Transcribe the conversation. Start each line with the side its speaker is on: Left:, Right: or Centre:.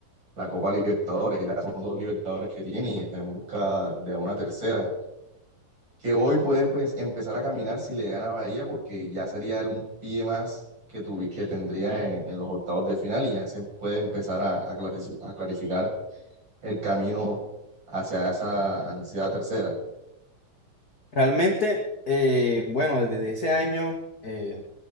Right: la Copa Libertadores. Ya son dos Libertadores que tiene y está en busca de una tercera. que hoy puede pues, empezar a caminar si le gana Bahía, porque ya sería el- un pie más que, tuvi- que tendría en, en los octavos de final y ya se puede empezar a, a clarici- a clarificar el camino hacia esa ansiada tercera.
Left: Realmente, eh, bueno, desde ese año eh,